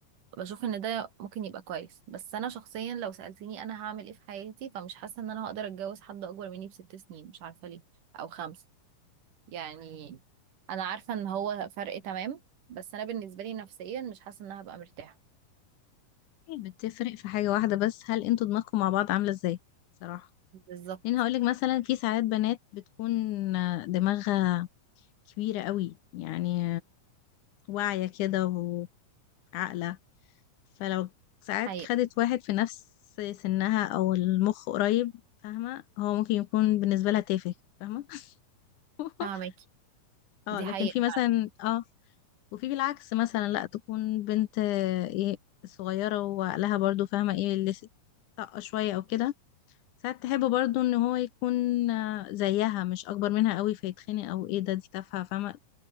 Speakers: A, on the right (about 70°); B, on the left (about 70°).
A: بشوف ان ده ممكن يبقى كويس بس انا شخصيا لو سألتني انا هعمل ايه في حياتي فمش حاسة ان انا هقدر اتجوز حد اكبر مني بست سنين مش عارفة ليه او خمسة يعني انا عارفة ان هو فرق تمام بس انا بالنسبة لي نفسيا مش حاسة ان انا هبقى مرتاحة
B: بتفرق في حاجة واحدة بس هل انتوا دماغكم مع بعض عاملة ازاي صراحة
A: بالظبط
B: لان هقولك مثلا في ساعات بنات بتكون دماغها كبيرة قوي يعني واعية كده وعاقلة فلو ساعات
A: حقيقة
B: خدت واحد في نفس سنها او المخ قريب فاهمة هو ممكن يكون بالنسبة لها تافه فاهمة <laughs>
A: فاهمك
B: اه
A: دي
B: لكن
A: حقيقة
B: في مثلا اه وفي بالعكس مثلا لا تكون بنت آه، ايه صغيرة وعقلها برضو فاهمة ايه اللي طاقة شوية او كده ساعات تحب برضو ان هو يكون آه، زيها مش اكبر منها قوي فيتخنق او ايه ده دي تافهه فاهمه